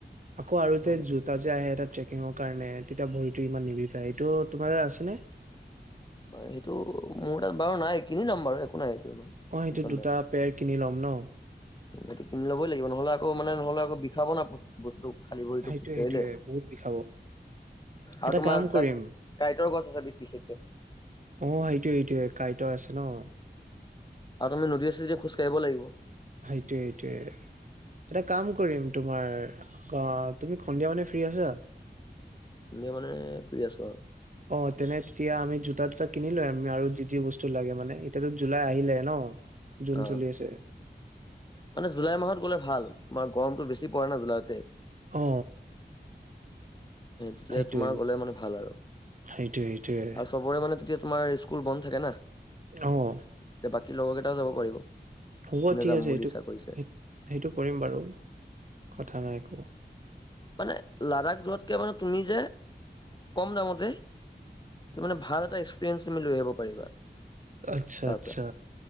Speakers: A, on the right; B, on the left.
A: আকৌ আৰু
B: নহ'লে
A: যে জোত তা যে আহে এটা ট্ৰেকিঙৰ কাৰণে, তেতিয়া ভৰিটো ইমান নিবিখাই, এইটো তোমাৰ আছে নে?
B: হয়, সেইটো মোৰ তাত বাৰু নাই কিনি ল'ম বাৰু একো নাই সেইটো ইমান।
A: অ', সইটো
B: টেনচন
A: দুটা পেয়াৰ কিনি ল'ম ন?
B: এইটো কিনি ল'বই লাগিব, নহ'লে আকৌ মানে নহ'ল আকৌ বিষাব না বস্তুটো। খালী ভৰিটো
A: সেইটোয়ে
B: খোজকাঢ়িলে।
A: সেইটোয়ে বহুত বিষাব
B: আৰু
A: এটা
B: তোমাৰ
A: কাম কৰিম
B: তাত কাইটৰ গছ আছে বিশেষকে।
A: অ', সেইটোয়ে এইটোয়ে কাইটৰ আছে ন?
B: আৰু তাতে নদীয়ে চদীয়ে খোজ কৰিব লাগিব।
A: সেটোয়ে সেটোয়ে। এটা কাম কৰিম তোমাৰ অ', তুমি সন্ধিয়া মানে ফ্ৰী আছা?
B: সন্ধিয়া মানে ফ্ৰী আছো আৰু।
A: অ', তেনে তেতিয়া আমি জোতা টোতা কিনি লৈ আহিম আমি আৰু যি যি বস্তু লাগে মানে। এতিয়াতো জুলাই আহিলে ন, জুন
B: অ'।
A: চলি আছে।
B: মানে জুলাই মাহত গ'লে ভাল তোমাৰ গৰমটো বেছি পৰে না জুলাইতে। এ
A: অ
B: তেতিয়া
A: সেইটোয়ে
B: তোমাৰ গ'লে মানে ভাল আৰু।
A: সেইটোয়ে সেইটোয়ে
B: আৰু চবৰে মানে তেতিয়া তোমাৰ স্কুল বন্ধ থাকে না।
A: অ'।
B: এ বাকী লগৰ কেইটাও যাব পাৰিব।
A: হ'ব
B: যোনে
A: ঠিক
B: যাম
A: আছে
B: বুলি
A: সেইটো
B: ইচ্ছা কৰিছে
A: সেই সেইটো কৰিম বাৰু কথা নাই একো।
B: মানে লাডাখ যোৱাতকে মানে তুমি যে কম দামতেই তুমি মানে ভাল এটা এক্সপেৰিয়েঞ্চ তুমি লৈ আহিব পাৰিবা।
A: আচ্ছা
B: তাৰ
A: আচ্ছা,
B: পৰা